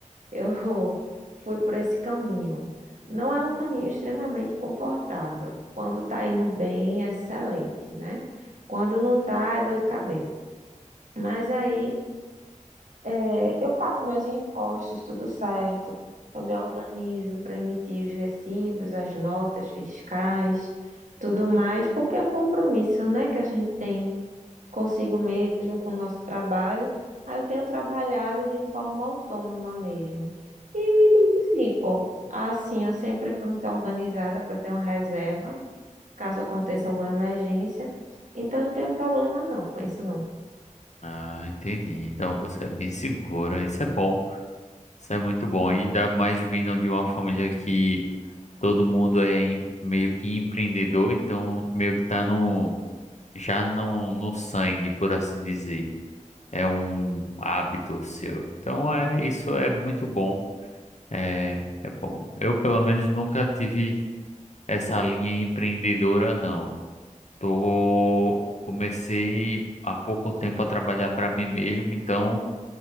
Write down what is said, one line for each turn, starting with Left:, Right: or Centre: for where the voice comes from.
Right: eu <laughs> fui por esse caminho. Não é um caminho extremamente confortável. Quando tá indo bem, é excelente, né? Quando não tá, é dor de cabeça. Mas aí, é, eu pago meus impostos, tudo certo. Eu me organizo para emitir os recibos, as notas fiscais, tudo mais, porque é compromisso, né, que a gente tem consigo mesmo, com o nosso trabalho. Aí eu tenho trabalhado de forma autônoma mesmo. E me identifico. Assim, eu sempre fui muito organizada para ter uma reserva, caso aconteça alguma emergência. Então, não tenho problema não com isso, não.
Left: Ah, entendi. Então você é bem segura. Isso é bom. Isso é muito bom. E ainda mais vindo de uma família que todo mundo é em- meio que empreendedor, então meio que tá no já no, no sangue, por assim dizer. É um hábito seu. Então é isso é muito bom. É, é bom. Eu pelo menos nunca tive essa linha empreendedora, não. Tô comecei há pouco tempo a trabalhar para mim mesmo, então